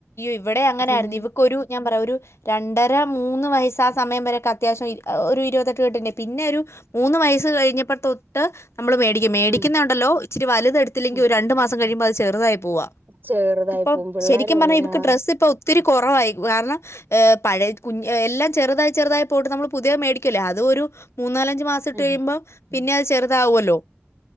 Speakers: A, on the left; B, on the right.
A: ഇവടേ അങ്ങനെ
B: ഉം
A: ആയിരുന്നു ഇവക്കൊരു ഞാൻ പറയാ ഒരു രണ്ടര മൂന്ന് വയസ്സ ആ സമയം വരൊക്കെ അത്യാവശ്യം ഒരു ഇരുപത്തെട്ട് കെട്ടിണ്ട് പിന്നെ ഒരു മൂന്ന് വയസ്സ് കഴിഞ്ഞപ്പ തൊട്ട് നമ്മള് മേടി ഇ മേടിക്കുന്നുണ്ടല്ലോ
B: ഉം
A: ഇച്ചിരി വലുത് എടുത്തില്ലെങ്കിൽ
B: ഉം
A: ഒരു രണ്ട് മാസം കഴിയുമ്പ അത് ചെറുതായി പോവ
B: ചെറുതായി
A: ഇപ്പ
B: പോകും പിള്ളേർ
A: ശരിക്കും
B: വളരാ
A: പറഞ്ഞാൽ ഇക്ക് ഡ്രസ്സ് ഇപ്പ ഒത്തിരി കുറവായി കാരണം ഏഹ് പഴത് കുഞ് എല്ലാം ചെറുതായി ചെറുതായി പോയിട്ട് നമ്മൾ പുതിയ മേടിക്കല്ലേ അത് ഒരു മൂന്നാലഞ്ച മാസം ഇട്ട്
B: ആഹ്
A: കയ്യുമ്പം പിന്നെ അത് ചെറുതാവല്ലോ